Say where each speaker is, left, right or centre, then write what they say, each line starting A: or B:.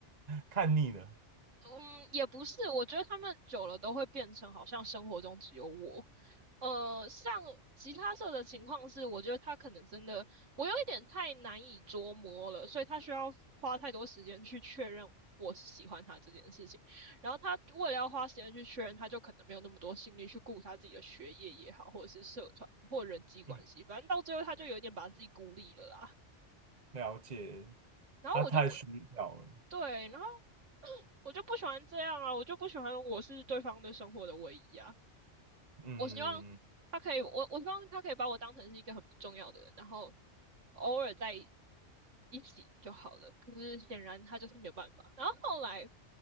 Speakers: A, on the right; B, on the right.
A: 看腻了，
B: 嗯，也不是，我觉得他们久了都会变成好像生活中只有我。呃，像吉他社的情况是，我觉得他可能真的，我有一点太难以捉摸了，所以他需要花太多时间去确认我是喜欢他这件事情。然后他为了要花时间去确认，他就可能没有那么多心力去顾他自己的学业也好，或者是社团或人际关系，
A: 嗯，
B: 反正到最后他就有点把自己孤立了啦。
A: 了解，
B: 然后我就不
A: 他太需要了，
B: 对，然后我就不喜欢这样啊，我就不喜欢我是对方的生活的唯一啊。
A: 嗯，
B: 我希望他可以，我我希望他可以把我当成是一个很不重要的人，然后偶尔在一起就好了。可是显然他就是没有办法。然后后来